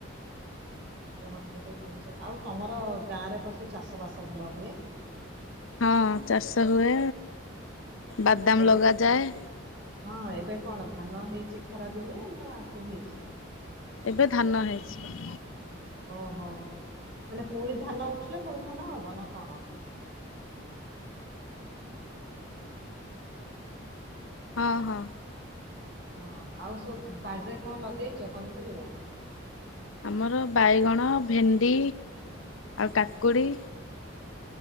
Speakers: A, on the right; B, on the left.
A: ଗରମ ଟା ଟିକେ କମିଛି। ଆଉ ତମର ଗାଁରେ ପା ସବୁ ଚାଷ ବାସ ଭଲ ହୁଏ।
B: ହଁ ଚାଷ ହୁଏ ବାଦାମ
A: ଏବେ
B: ଲଗାଯାଏ।
A: ହଁ ଏବେ କଣ ଧାନ ହେଇଛି ଖରା ଦିନିଆ ନା ଆଖୁ ହେଇଛି?
B: ଏବେ ଧାନ ହେଇଛି।
A: ଓହୋ ମାନେ ପୁଣି ଧାନ ଉଠିଲେ ପୁଣି ଧାନ ହବ ନା କଣ?
B: ହଁ ହଁ।
A: ହଁ ଆଉ ସବୁ ବାଡିରେ କଣ ଲଗେଇଛ ପନିପରିବା?
B: ଆମର ବାଇଗଣ ଭେଣ୍ଡି
A: ହୁଁ
B: ଆଉ କାକୁଡ଼ି